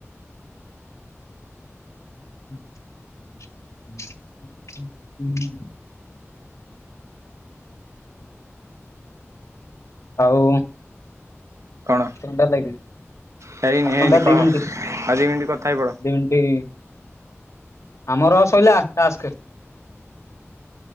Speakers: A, on the left (about 80°); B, on the right (about 75°).
A: <unintelligible> ଆଉ
B: କଣ
A: ଥଣ୍ଡା ଲାଗେ
B: ହେଇନି ହେଇନି
A: ଥଣ୍ଡା
B: କହ
A: ଦି ମିଣ୍ଟି ଦି
B: ଆଉ ମିନିଟ୍ କଥା ହେଇ ପଡ
A: ମିଣ୍ଟି। ଆମର ଶଇଲା ଟାସ୍କେ।